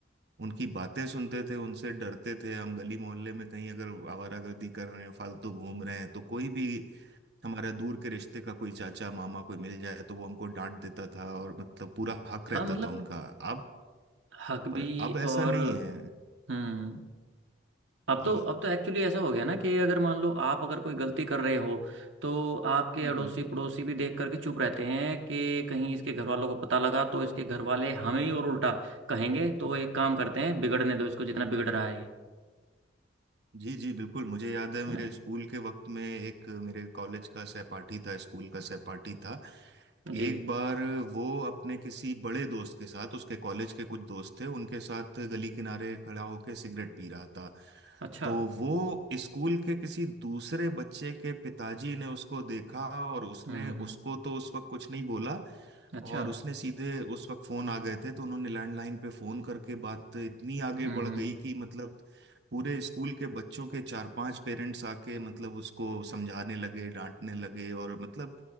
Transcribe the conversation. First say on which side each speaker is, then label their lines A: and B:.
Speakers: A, on the right (about 60°); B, on the right (about 85°).
A: उनकी बातें सुनते थे उनसे डरते थे हम गली मोहल्ले में कहीं अगर आवारागर्दी कर रहे हैं फालतू घूम रहे हैं तो कोई भी हमारे दूर के रिश्ते का कोई चाचा मामा कोई मिल जाए तो वो हमको डांट देता था और मतलब पूरा हक रहता
B: हाँ मतलब
A: था उनका आप
B: हक
A: पर
B: भी
A: अब ऐसा
B: और
A: नहीं है
B: हम्म अब
A: जी
B: तो अब तो एक्चुअली ऐसा हो गया ना कि अगर मान लो आप अगर कोई गलती कर रहे हो तो आपके
A: हम्म
B: अड़ोसी
A: हम्म
B: पड़ोसी भी देख करके चुप रहते हैं कि कहीं इसके घर वालों को पता लगा तो इसके घर वाले हमें ही और उल्टा कहेंगे तो एक काम करते हैं बिगड़ने दो इसको जितना बिगड़ रहा है ये
A: जी जी बिल्कुल मुझे याद है मेरे
B: है ना
A: स्कूल के वक्त में एक मेरे कॉलेज का सहपाठी था स्कूल का सहपाठी था
B: जी
A: एक बार वो अपने किसी बड़े दोस्त के साथ उसके कॉलेज के कुछ दोस्त थे उनके साथ गली किनारे खड़ा होकर सिगरेट पी रहा था
B: अच्छा
A: तो वो स्कूल के किसी दूसरे बच्चे के पिताजी ने उसको देखा और उसने
B: हम्म हम्म
A: उसको तो उस वक्त कुछ नहीं बोला
B: अच्छा
A: और उसने सीधे उस वक्त फोन आ गए थे तो उन्होंने लैंडलाइन पे फोन करके बात इतनी आगे
B: हम्म
A: बढ़
B: हम्म
A: गई कि मतलब पूरे स्कूल के बच्चों के चार पांच पेरेंट्स आके मतलब उसको समझाने लगे डांटने लगे और मतलब